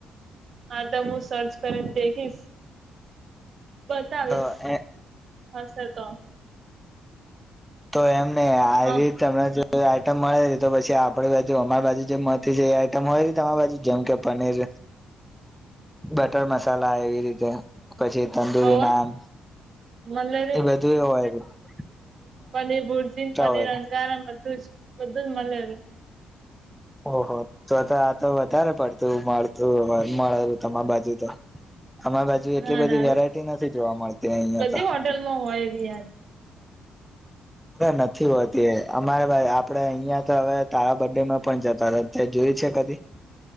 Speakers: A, on the right; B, in the centre.
A: હા તો મું સર્ચ કરીન દૈ જીશ. બતાવીશ,
B: રહી
A: હશે તો.
B: તો એમ નઈ આવી
A: હા
B: તમેં જો આ ઇટમ મળે છે તો પછી આપડી બાજુ અમારી બાજુ જે મળતી છે એ આઈટમ હોય કે તમારી બાજુ? જેમ કે પનીર બટર મસાલા એવી રીતે, પછી તંદુરી
A: હવે
B: નાન.
A: મલેરી
B: એ બધું એવ <unintelligible>
A: પનીર ભુરજીન, પનીર
B: હોય
A: અંગારા બધું જ, બધું જ મલેરુ.
B: ઓહો! તો તો આ તો વધારે પડતું મળતું ઓહે મળેરુ તમાર બાજુ તો. આમાર બાજુ એટલી
A: ના
B: બધી
A: ના
B: વેરાયટી નથી જોવા મળતી અહિયાં
A: બધી
B: તો.
A: હોટલમાં હોય જ યાર
B: અરે નથી હોતી અમારે ભાઈ આપડે અહિયાં તો હવે તારા બડે માં પણ જતા તા તે જો યુ છે કદી?